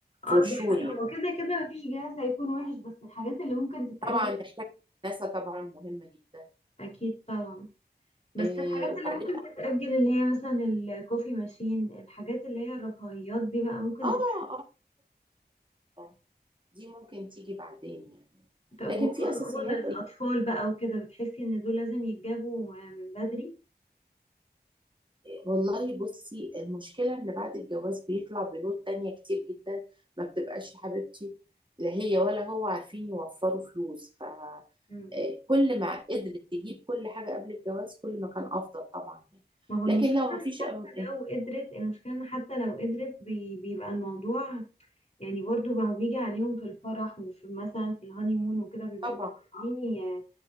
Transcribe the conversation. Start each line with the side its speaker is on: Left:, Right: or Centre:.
Left: اه
Right: فور شور
Left: دي حقيقة
Right: يعني
Left: هو كده كده مفيش جهاز هيكون وحش بس الحاجات اللي ممكن تتأجل
Right: طبعا نحتاج ناسا طبعا مهمة جدا
Left: أكيد طبعا بس
Right: إيه
Left: الحاجات
Right: وبعدين
Left: اللي ممكن
Right: بقى-
Left: تتأجل اللي هي مثلا الكوفي ماشين الحاجات اللي هي الرفاهيات دي بقى ممكن
Right: اه
Left: تتأجل
Right: اه دي ممكن تيجي بعدين يعني
Left: طب
Right: لكن
Left: هو
Right: في اساسيات
Left: هو ده الأطفال بقى وكده بتحسي إن دول لازم يتجابوا من بدري
Right: والله بصي المشكله ان بعد الجواز بيطلع بنود تانية كتير جدا ما بتبقاش يا حبيبتي لا هي ولا هو عارفين يوفروا فلوس آه،
Left: مم.
Right: كل ما قدرت تجيب كل حاجة قبل الجواز كل ما كان أفضل طبعا يعني
Left: ما هو المشكلة
Right: لكن لو
Left: إن
Right: ما فيش
Left: حتى
Right: أم-
Left: لو قدرت المشكلة إن حتى لو قدرت بي- بيبقى الموضوع يعني برضو بقى بيجي عليهم في الفرح وفي مثلا في الهانيمون وكده بيبقوا
Right: طبعا
Left: عاملين